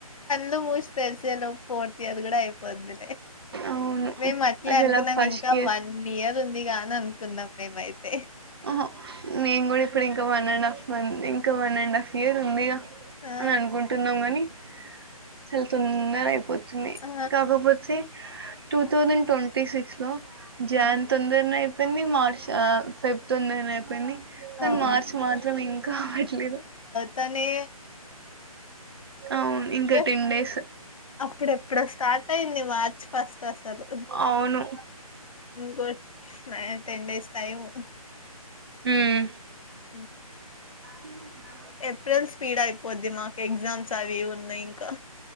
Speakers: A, on the left (about 60°); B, on the right (about 40°).
A: కళ్ళు ముసి తెరిసే లొప్ ఫోర్త్ ఇయర్ కూడా అయిపోది.
B: అవును
A: మేము అట్లే
B: అసలు
A: అనుకున్నాం
B: ఆ ఫస్ట్
A: ఇంకా వన్ ఇయర్ ఉంది దిగా అని అనుకున్నాం. మేమైతే
B: ఆహ నేను కూడా ఇప్పుడు ఇంకా వన్ అండ్ హాఫ్ ఉంది. ఇంకా వన్ అండ్ హాఫ్ ఇయర్ ఉంది గా
A: ఆ
B: అని అనుకుంటున్నాం. గాని చాలా తొందర అయిపోతునాయి.
A: ఆ
B: కాకపోతే టూ థౌసండ్ ట్వం టి సిక్సో జన్
A: ఆ
B: తొందరనే అయి అన్ని మార్చ్ ఆ ఫెబ్ తొందరనే అయిపోయింది కానీ
A: అవును
B: మార్చి మాత్రం ఇంకా అవట్లేదు
A: తనే
B: అవును ఇంకా
A: ఎప్-
B: టెన్ డేస్
A: అప్పుడెప్పుడో స్టార్ట్ అయింది మార్చ్ ఫస్ట్ త స్ ద్
B: అవును
A: ఇంకో నైన్ టెన్ డేస్ టైమ్
B: హ్మ్మ్
A: హు
B: హమ్
A: ఏప్రిల్ స్పీడ్ అయిపో పోద్ది మాకు ఎగ్జామ్స్ అవి ఇవి ఉన్ నాయి ఇంకా